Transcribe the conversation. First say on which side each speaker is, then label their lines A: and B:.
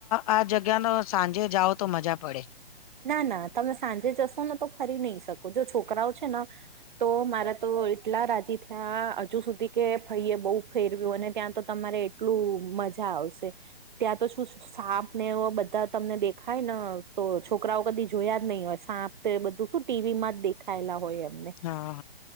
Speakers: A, on the left; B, on the right.
A: આ જગ્યા નો સાંજે જાઓ તો મજા પડે.
B: ના ના તમે સાંજે જશો ને તો ફરી નહી શકો જો છોકરાઓ છે ન તો મારા તો એટલા રાજી થયા હજુ સુધી કે ફઈએ બહુ ફેરવ્યું અને ત્યાં તો તમારે એટલું મજ જા આવશે ત્યાં તો શું સાપ ને એ બધા તમને દેખાય ન તોજ છોકરાઓ કદી જોયા જ નહીં હોય સાંપ તો એ બધું શું ટી વી માંજ દેખ ખાયેલા હોય એમને.
A: હા